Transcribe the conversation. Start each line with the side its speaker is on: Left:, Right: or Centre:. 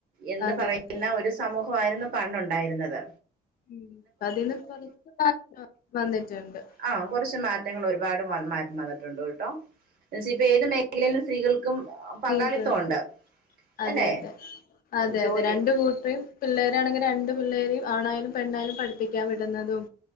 Right: എന്ന്
Left: അതെ
Right: പറയുന്ന
Left: അതെ
Right: ഒരു സമൂഹമായിരുന്നു പണ്ട് ഉണ്ടായിരുന്നത്
Left: ഉം അതീന്നു കൊറച്ച് മാറ്റം വന്നിട്ടുണ്ട്
Right: ആഹ്, കുറച്ച് മാറ്റങ്ങൾ, ഒരുപാട് മാറ്റം വന്നിട്ടുണ്ട്. കേട്ടോ പക്ഷേ ഇത് ഏത് മേഖലയിലെ സ്ത്രീകൾക്കും
Left: സ്ത്രീകൾക്ക്
Right: പങ്കാളിത്തം ഉണ്ട്
Left: അതെ
Right: അല്ലെ
Left: അതെ, അതെ
Right: ജോലി
Left: അതെ, രണ്ട് കൂട്ടരും പിള്ളേരാണെങ്കി രണ്ടു പിള്ളേരെയും ആണായാലും പെണ്ണായാലും പഠിപ്പിക്കാൻ വിടുന്നതും